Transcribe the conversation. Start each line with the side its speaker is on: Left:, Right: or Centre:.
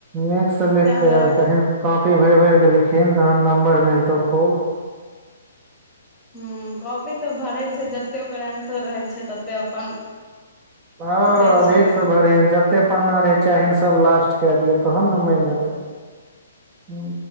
Right: नीकसँ लिख
Left: ताहि
Right: कऽ
Left: दुआरे
Right: आयल करहिने कॉपी भरि- भरि केे लिखहीं तहन नंबर मिलतौ खूब
Left: ह कॉपी तऽ भरै छै जते ओकर आन्सर रहै छै तते अपन
Right: ह
Left: दै
Right: अधिक
Left: छियै पकड़
Right: से भरिहें
Left: के।
Right: ज ते पन्ना रहे चाहीन सब लास्ट क दिय तहन ने मैन हेतौ ह